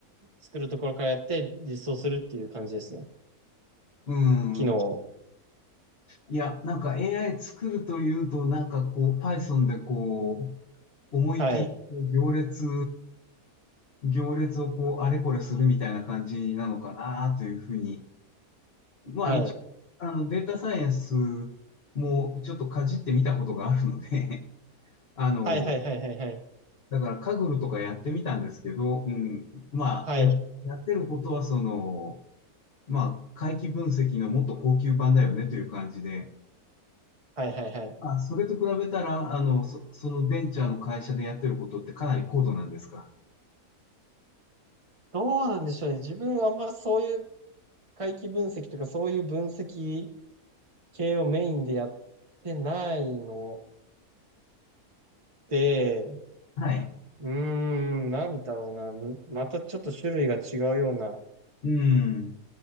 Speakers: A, on the right (about 25°); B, on the left (about 45°).
A: 作るところからやって実装するっていう感じですね。
B: うん。
A: 機能を。
B: いや、なんか AI 作るというと、なんかこう、Python でこう、思い切りこう行列、
A: はい。
B: 行列をこう、あれこれするみたいな感じなのかなというふうにまあ一応、
A: はい。
B: あの、データサイエンスもちょっとかじってみたことがあるので、<laughs> あの、
A: はいはいはいはいはい。
B: だからカグルとかやってみたんですけど、うん、まあ、
A: はい。
B: や、やってることはその、まあ、回帰分析のもっと高級版だよねという感じで、
A: はいはいはい。
B: まあ、それと比べたら、あの、そ、そのベンチャーの会社でやってることってかなり高度なんですか。
A: どうなんでしょうね。自分はあんまそういう回帰分析とかそういう分析系をメインでやってないので、
B: はい。
A: うーん、なんだろうな。むまたちょっと種類が違うような
B: うん。